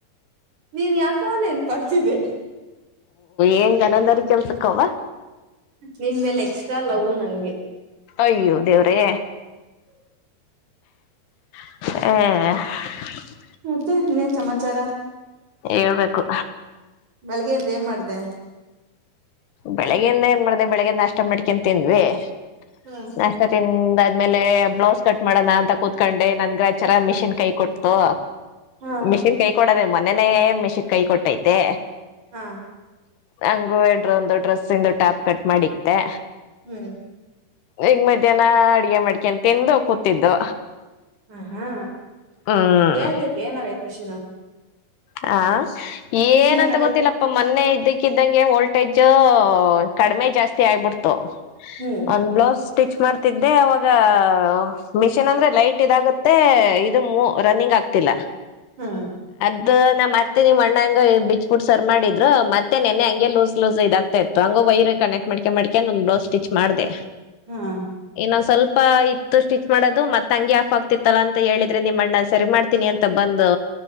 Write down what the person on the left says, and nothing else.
ಏನ್ ಅನಂದರಿ ಕೆಲಸಕ್ಕೆ ಅವ್ವ
ಅಯ್ಯೋ ದೇವ್ರೇ ಹ <unintelligible>
ಹೇಳ್ಬೇಕು
ಬೆಳಿಗ್ಗೆಿಂದಏನ್ ಮಾಡ್ದ ಬೆಳಿಗ್ಗೆಿಂದ ನಷ್ಟ ಮಾಡ್ <unintelligible>
ನಷ್ಟ ತಿಂದ್ಮೇಲೆ ಬ್ಲೌಸ್ ಕಟ್ ಮಾಡೋಣ ಅಂತ ಕೂತ್ಕೊಂಡೆ ನನ್ಗಚರ ಮಿಷಿನ್ ಕೈ ಕೊಡ್ತು
ಮಿಷಿನ್ ಕೈ ಕೊಡದೇ ಮನನೆೇ <unintelligible> ಮೆಸಕ್ ಕೈ ಕೊಟ್ಟೈತೆ
ಹಂಗು ಎಡ್ರ ಒಂದು ಡ್ರೆಸ್ಸಂದು ಟ್ಯಾಪ್ ಕಟ್ ಮಾಡಿತೆ
ಈಗ ಮಧ್ಯಾಹ್ನ ಅಡ್ಗೆ ಮಡಿಕೆನ್ ತಿಂದು ಕೂತಿದ್ದು
ಹ್ಮ್
ಹ ಏನಂತ
ಗೊತ್ತಿಲ್ಲಪ್ಪ ಮೊನ್ನೆ ಇದ್ದಕ್ಕಿದ್ದಂಗೆ ಒಳ್ಳ ಶಟೇಜ್ ಕಡಿಮೆ ಜಾಸ್ತಿ ಆಗ್ಬಿಡ್ತು
ಒಂದ್ ಬ್ಲೌಸ್ ಸ್ಟಿಚ್ ಮಾಡ್ತಿದ್ದೆ ಅವಾಗ ಈಗ ಮಿಷಿನ್ ಅಂದ್ರೆ ಲೈಟ್ ಇದಾಗುತ್ತೆ ಇದು ರನ್ನಿಂಗ್ ಆಗ್ತಿಲ್ಲ
ಇ ನಾ ಮತ್ತೆ ನೀವ್ ಅಣ್ಣಂಗ ಬೀಚ್ ಕಟ್ಟ ಸರ್ ಮಾಡಿದ್ರು ಮತ್ತೆ ನೆನೆೆ ಹಂಗೆ ಲೂಸ್ ಲೂಸ್ ಇದಾಗ್ತಾ ಇತ್ತು ಹಂಗ ವೈರ್ ಕನೆಕ್ಟ್ ಮಾಡಿ ಮಾಡ್ಕೊಂಡು ಒಂದ ಬ್ಲೌಸ್ ಸ್ಟಿಚ್ ಮಾಡ್ದಿದೆ
ನಾ್ <unintelligible> ಸ್ವಲ್ಪ ಇತ್ತು ಸ್ಟಿಚ್ ಮಾಡೋದು ಮತ್ತ ಹಂಗೆ ಆಫ್ ಆಗ್ತಿತ್ತಲ್ಲಾ ಅಂತ ಹೇಳಿದ್ರೆ ನಿಮ್ಮ ಅಣ್ಣ ಸರಿ ಮಾಡ್ತೀನಿ ಅಂತ ಬ ಒಂದು